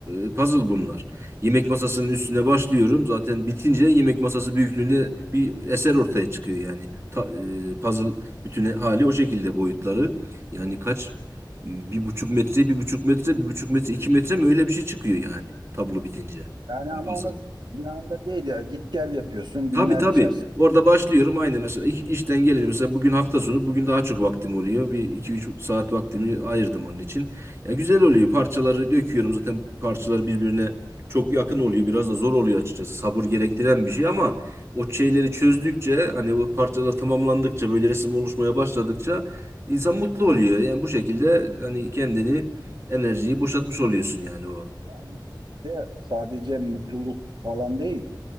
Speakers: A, on the right; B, on the right.
A: e, puzzle bunlar. Yemek masasının üstüne başlıyorum. Zaten bitince yemek masası büyüklüğünde bir eser ortaya çıkıyor yani. Ta- e, puzzle bütün hali o şekilde boyutları. Yani kaç e, bir buçuk metre bir buçuk metre bir buçuk metre iki metre mi öyle bir şey çıkıyor yani tablo bitince.
B: Yani ama
A: Puzzle.
B: onu bir anda değil ya git gel yapıyorsun
A: Tabii
B: günler
A: tabii.
B: içerisinde.
A: Orada başlıyorum aynı mesela iş- işten gelince mesela bugün hafta sonu bugün daha çok vaktim oluyor. Bir iki üç saat vaktimi ayırdım onun için. Ya güzel oluyor. Parçaları döküyorum zaten parçaları birbirine çok yakın oluyor. Biraz da zor oluyor açıkçası. Sabır gerektiren bir şey ama o şeyleri çözdükçe hani o parçalar tamamlandıkça böyle resim oluşmaya başladıkça insan mutlu oluyor. Yani bu şekilde hani kendini enerjiyi boşaltmış oluyorsun yani o.
B: Yani bir de sadece mutluluk falan değil.